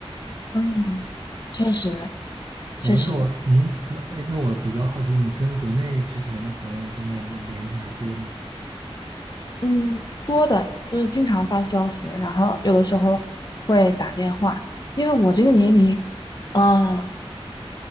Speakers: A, on the left; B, on the right.
A: 嗯，确实，确实，
B: 哎，那我，嗯，那哎，那我比较好奇，你跟国内之前的朋友现在联系还多吗？
A: 嗯，多的就是经常发消息，然后有的时候会打电话，因为我这个年龄，嗯，